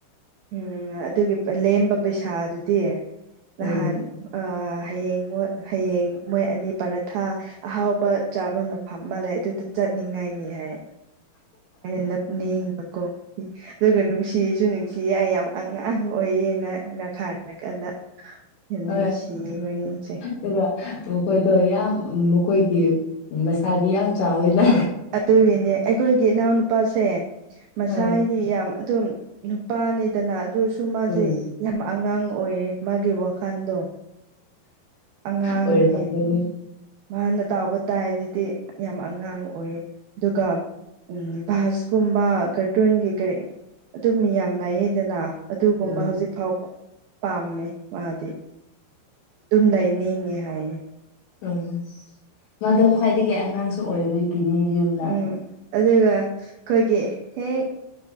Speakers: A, on the right (about 85°); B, on the left (about 65°).
A: ꯎꯝ ꯑꯗꯨꯒꯤ ꯂꯦꯝꯕ ꯄꯩꯁꯥ ꯑꯗꯨꯗꯤ ꯅꯍꯥꯟ
B: ꯎꯝ
A: ꯑ ꯍꯌꯦꯡ ꯃꯨꯛ ꯍꯌꯦꯡ ꯃꯣꯏ ꯑꯅꯤ ꯄꯔꯊꯥ ꯑꯍꯥꯎꯕ ꯆꯥꯕ ꯃꯐꯝ ꯑꯃ ꯂꯩ ꯑꯗꯨꯗ ꯆꯠꯅꯤꯡꯉꯥꯏꯅꯤ ꯍꯥꯏ <unintelligible> ꯅꯞꯅꯤꯡꯕꯀꯣ ꯑꯗꯨꯒ ꯅꯨꯡꯁꯤꯁꯨ ꯅꯨꯡꯁꯤ ꯍꯥꯏ ꯑꯃꯨꯛ ꯑꯉꯥꯡ ꯑꯣꯏꯌꯦꯅ <unintelligible> ꯌꯥꯝ
B: ꯍꯣꯏ
A: ꯅꯨꯡꯁꯤꯌꯦ ꯃꯣꯏ <unintelligible>
B: ꯑꯗꯨꯒ ꯃꯈꯣꯏꯗꯣ ꯌꯥꯝ ꯃꯈꯣꯏꯒꯤ ꯃꯁꯥꯗꯤ ꯌꯥꯝ ꯆꯥꯎꯋꯦꯅ
A: ꯑꯗꯨꯒꯤꯅꯦ ꯑꯩꯈꯣꯏꯒꯤ ꯏꯅꯥꯎꯅꯨꯄꯥꯁꯦ ꯃꯁꯥꯒꯤꯗꯤ
B: ꯑꯥ
A: ꯌꯥꯝ ꯑꯗꯨꯝ ꯄꯥꯅꯤꯗꯅ ꯑꯗꯨꯁꯨ ꯃꯥꯁꯦ
B: ꯎꯝ
A: ꯌꯥꯝ ꯑꯉꯥꯡ ꯑꯣꯏꯌꯦ ꯃꯥꯒꯤ ꯋꯥꯈꯟꯗꯣ ꯑꯉꯥꯡꯅꯦ
B: ꯑꯣꯏꯔꯝꯒꯅꯤ
A: ꯃꯥꯅ ꯇꯥꯎꯕ ꯇꯥꯏ ꯑꯗꯨꯗꯤ ꯌꯥꯝ ꯑꯉꯥꯡ ꯑꯣꯏꯌꯦ ꯑꯗꯨꯒ ꯎꯝ ꯚꯁꯀꯨꯝꯕ ꯀꯥꯔꯇꯨꯟꯒꯤ ꯀꯔꯤ ꯑꯗꯨ ꯃꯤꯌꯥꯝ ꯂꯥꯏꯌꯦꯗꯅ ꯑꯗꯨꯒꯨꯝꯕ
B: ꯎꯝ
A: ꯍꯧꯖꯤꯛ ꯐꯥꯎꯕ ꯄꯥꯝꯃꯦ ꯃꯥꯗꯤ ꯑꯗꯨꯨꯝ ꯂꯩꯅꯤꯡꯉꯦ ꯍꯥꯏꯌꯦ
B: ꯎꯝ ꯃꯗꯣ ꯈ꯭ꯋꯥꯏꯗꯒꯤ ꯑꯉꯥꯡꯁꯨ ꯑꯣꯏꯕꯒꯤꯅꯤ ꯌꯨꯝꯗ
A: ꯎꯝ ꯑꯗꯨꯒ ꯑꯩꯈꯣꯏꯒꯤ ꯍꯦꯛ